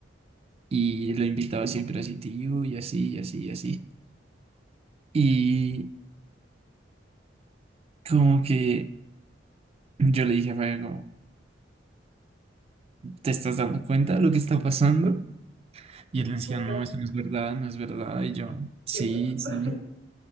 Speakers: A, on the right; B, on the right.
A: y lo invitaba siempre a C T U y así y así y así. Y como que yo le dije a Fabián como... ¿Te estás dando cuenta de lo que está pasando? Y él me decía,
B: Bueno,
A: no, eso no es verdad, no es verdad. Y yo, sí,
B: qué hueva.
A: sí.
B: <laughs>